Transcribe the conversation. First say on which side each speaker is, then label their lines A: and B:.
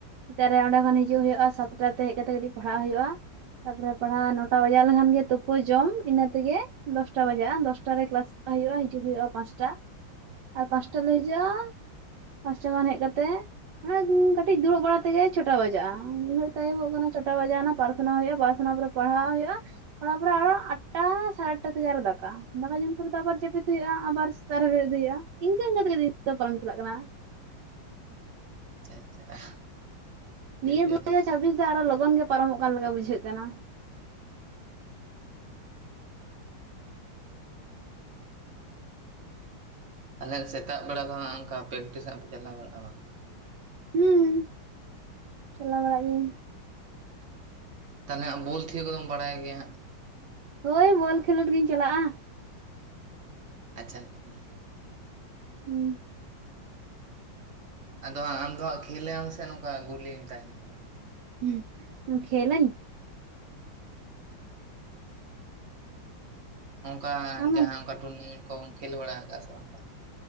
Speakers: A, on the right; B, on the right.
A: ᱥᱮᱛᱟᱜ ᱨᱮ
B: ᱦᱩᱸ
A: ᱚᱸᱰᱮ ᱠᱷᱚᱱ ᱦᱤᱡᱩᱜ ᱦᱩᱭᱩᱜᱼᱟ ᱥᱟᱛᱴᱟ ᱛᱮ ᱦᱮᱡ ᱠᱟᱛᱮᱜ ᱠᱟᱹᱴᱤᱡ ᱯᱟᱲᱦᱟᱜ ᱦᱩᱭᱩᱜᱼᱟ᱾ ᱛᱟᱯᱚᱨ ᱯᱟᱲ ᱦᱟᱜ ᱱᱚᱴᱟ ᱵᱟᱡᱟᱣ ᱞᱮᱱ ᱠᱷᱟᱱ ᱜᱮ ᱛᱩ ᱯᱩ ᱡᱚᱢ ᱤᱱᱟᱹ ᱛᱮ ᱜᱮ ᱫᱚᱥᱴᱟ ᱵᱟᱡᱟᱜᱼᱟ ᱫᱚᱥᱴᱟ ᱨᱮ ᱠᱮᱞᱟᱥ ᱪᱟᱞᱟᱜ ᱦᱩᱭᱩᱜᱼᱟ ᱦᱤᱡᱩᱜ ᱦᱩᱭᱩᱜᱼᱟ ᱯᱟᱸᱪᱴᱟ ᱟᱨ ᱯᱟᱸᱪᱴᱟ ᱨᱮ ᱞᱮ ᱦᱤᱡᱩᱜᱼᱟ ᱯᱟᱸᱪᱴᱟ ᱠᱷᱚᱱ ᱦᱮᱡ ᱠᱟᱛᱮᱜ ᱢᱟᱱᱮ ᱠᱟᱹᱴᱤᱡ ᱫᱩᱲᱩᱵ ᱵᱟᱲᱟ ᱛᱮ ᱜᱮ ᱪᱷᱚᱴᱟ ᱵᱟᱡᱟᱜᱼᱟ ᱢᱤᱫ ᱜᱷᱟᱹᱲᱤᱡ ᱛᱮ ᱟᱭᱩ ᱵᱚᱜ ᱠᱟᱱᱟ ᱪᱷᱚᱴᱟ ᱵᱟᱡᱟᱣ ᱱᱟ ᱯᱟᱨ ᱛᱷᱱᱟ ᱦᱩᱭᱩᱜᱼᱟ ᱯᱟᱨᱛᱷᱱᱟ ᱯᱚᱨᱮ ᱯᱟᱲᱦᱟᱣ ᱦᱩᱭᱩᱜᱼᱟ ᱛᱟᱯᱚ ᱨᱮ ᱟᱨᱚ ᱟᱴᱟ ᱥᱟᱲᱮ ᱟᱴᱟ ᱛᱮ ᱜᱮ ᱟᱨᱚ ᱫᱟᱠᱟ ᱫᱟᱠᱟ ᱡᱚᱢ ᱯᱚᱨ ᱛᱟᱯᱚ ᱨᱮ ᱦᱩᱭᱩᱜᱼᱟ ᱟᱵᱟᱨ ᱥᱮᱛᱟᱜ ᱨᱮ ᱵᱮᱨᱮᱫ ᱦᱩᱭᱩᱜᱼᱟ ᱤᱱᱠᱟᱹ ᱤᱱᱠᱟᱹ ᱛᱮ ᱜᱮ ᱫᱤᱱ ᱫᱚ ᱯᱟᱨᱚᱢ ᱪᱟᱞᱟᱜ ᱠᱟᱱᱟ᱾
B: ᱟᱪᱪᱷᱟ ᱟᱪᱪᱷᱟ᱾ ᱟᱹᱰᱤ
A: ᱱᱤᱭᱟᱹ
B: ᱵᱮᱥ
A: ᱫᱩ ᱡᱟᱨ ᱪᱷᱟᱵᱤᱥ ᱫᱚ ᱟᱨᱚ ᱞᱚᱜᱚᱱ ᱜᱮ ᱯᱟᱨᱚᱢᱚᱜ ᱠᱟᱱ ᱞᱮᱠᱟ ᱵᱩᱡᱷᱟᱹᱜ ᱠᱟᱱᱟ᱾
B: ᱟᱞᱮ ᱥᱮᱛᱟᱜ ᱵᱮᱲᱟ ᱫᱚ ᱦᱟᱸᱜ ᱚᱝᱠᱟ ᱯᱮᱠᱴᱤᱥ ᱦᱟᱸᱜ ᱯᱮ ᱪᱟᱞᱟᱣ ᱵᱟᱲᱟᱜᱼᱟ ᱵᱟᱝ?
A: ᱦᱩᱸ, ᱪᱟᱞᱟᱣ ᱵᱟᱲᱟᱜ ᱜᱤᱭᱟᱹᱧ᱾
B: ᱛᱟᱦᱚᱞᱮ ᱦᱟᱸᱜ ᱵᱚᱞ ᱛᱷᱤᱭᱟᱹ ᱠᱚᱫᱚᱢ ᱵᱟᱲᱟᱭ ᱜᱮᱭᱟ ᱦᱟᱸᱜ?
A: ᱦᱳᱭ ᱵᱚᱞ ᱠᱷᱮᱞᱳᱰ ᱜᱤᱧ ᱪᱟᱞᱟᱜᱼᱟ᱾
B: ᱟᱪᱪᱷᱟ ᱟᱪᱪᱷᱟ᱾
A: ᱦᱩᱸ᱾
B: ᱟᱫᱚ ᱦᱟᱸᱜ ᱟᱢᱫᱚ ᱦᱟᱸᱜ ᱠᱷᱮᱞ ᱞᱟᱢ ᱥᱮ ᱱᱚᱝᱠᱟ ᱜᱩᱞᱤᱢ ᱛᱟᱦᱮᱸᱱ ᱠᱟᱱᱟ?
A: ᱦᱩᱸ, ᱠᱷᱮᱞᱟᱹᱧ᱾
B: ᱚᱝᱠᱟ
A: ᱟᱢ
B: ᱡᱟᱦᱟᱸ
A: ᱦᱚᱸ
B: ᱚᱝᱠᱟ ᱴᱩᱨᱱᱟᱢᱮᱱᱴ ᱠᱚᱢ ᱠᱷᱮᱞ ᱵᱟᱲᱟ ᱠᱟᱜ-ᱟ ᱥᱮ ᱵᱟᱝ ᱛᱟᱞᱦᱮ?